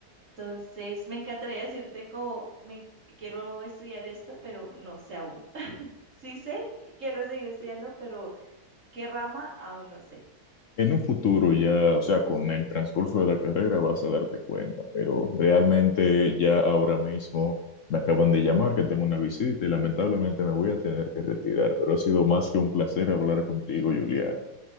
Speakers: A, on the right (about 50°); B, on the left (about 60°).
A: Entonces, me encantaría decirte como me en- quiero estudiar esto, pero no sé aún. <laughs> Sí sé que quiero seguir estudiando, pero qué rama aún no sé.
B: En un futuro ya, o sea, con el transcurso de la carrera vas a darte cuenta, pero realmente ya ahora mismo me acaban de llamar que tengo una visita y lamentablemente me voy a tener que retirar, pero ha sido más que un placer hablar contigo, Juliana.